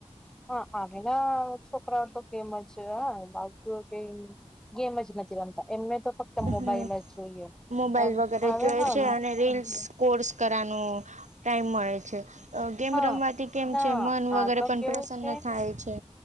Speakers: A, in the centre; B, on the right.
A: <unintelligible> ગેમ જ નથી રમતા એમને તો ફક્ત મોબાઈલ
B: હમ
A: જ જોઈએ,
B: મોબાઈલ
A: એમ
B: વગેરે
A: આવે
B: જોય
A: હા
B: છે અને રીલ્સ કોર્સ કરવાનો ટાઈમ મળે છે. ગેમ
A: હા
B: રમવાથી કેમ
A: ના
B: છે મન
A: આ
B: વગેરે
A: તો
B: પણ
A: કેવું
B: પ્રસન્ન
A: છે
B: થાય છે.